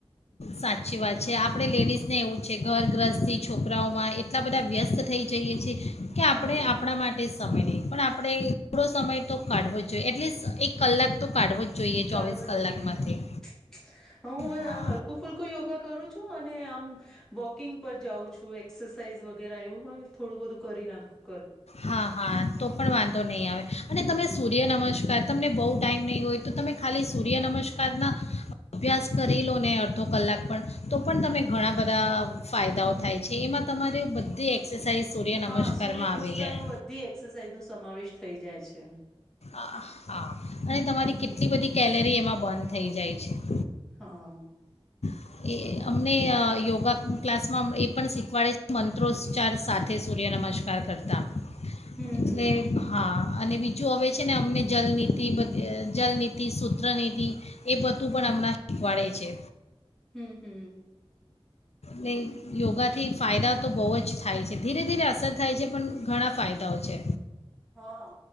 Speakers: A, on the left; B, in the centre.
A: સાચી વાત છે. આપણે લેડિઝને એવું જ છે, ઘરગ્રહસ્થી, છોકરાઓમાં એટલા બધા વ્યસ્ત થઈ જઈએ છી કે આપણે
B: હા
A: આપણા માટે જ સમય નહી, પણ આપણે થોડો સમય તો કાઢવો જોઈએ એટલીસ્ટ એક કલાક તો કાઢવો જ જોઈએ ચોવીસ
B: કાઢવો જ
A: કલાકમાંથી
B: જોઈએ હા હ હું
A: હા
B: હલકું ફૂંલ ફૂલકુ યોગા કરું છું અને આમ વોકિંગ પર જાઉં છું એક્સરસાઇઝ વગેરે આવું હોય થોડું બધું કરી નાખું.
A: હા હા તો પણ વાંધો નહીં આવે અને
B: હમ.
A: તમે સૂર્ય નમસ્કાર તમને બવ ટાઈમ નહી હોય તો તમે ખાલી સૂર્ય નમસ્કાર ના અભ્યાસ કરી લો ને અડધો કલાક પણ તો પણ તમે ઘણા બધા ફાયદાઓ થાય છે. એમાં તમારે બધી એકસ સાહી સૂર્ય નમસ્કારમાં
B: હા સૂર્ય નમસ્કારમાં
A: આવી જાય.
B: બધી એક્સરસાઇઝ નો સમાવેશ થઈ જાય છે.
A: આ- હા અને તમારી
B: હમમ
A: કેટલી બધી કેલેરી એમાં બર્ન થઈ જાય છે.
B: હા અ
A: એ અમને અ યોગા ક્લાસમાં એ પણ શીખવાડે છે. મંત્રોચ્ચાર સાથે સૂર્ય નમસ્કાર કરતાં
B: હમ
A: એટલે
B: હમ
A: હા અને બીજું હવે છે ને અમને જલનીતિ બધી જલનીતિ, સૂત્રનીતિ એ બધું પણ હમણાં શીખવાડે છે.
B: હમમ હમમ
A: ને યોગાથી ફાયદા તો બવ જ થાય છે ધીરે ધીરે અસર થાય છે પણ ઘણા ફાયદાઓ છે.
B: હા